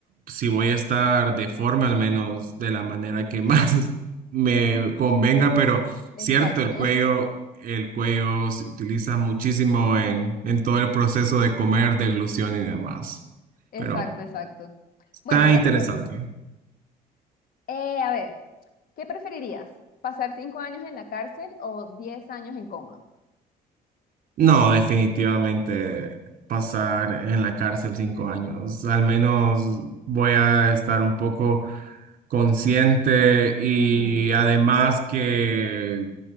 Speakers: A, on the right; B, on the left.
A: si voy a estar deforme, al menos de la manera que más <laughs> me convenga, pero cierto,
B: Exacto,
A: el cuello, el cuello se utiliza muchísimo en, en todo el proceso de comer, deglución y demás.
B: exacto,
A: Pero
B: exacto.
A: está
B: Bueno, ahora
A: interesante.
B: mi turno. Eh, a ver, ¿qué preferirías? ¿Pasar cinco años en la cárcel o diez años en coma?
A: No, definitivamente pasar en la cárcel cinco años. Al menos
B: Sí,
A: voy a estar un poco consciente y
B: Ujú,
A: además que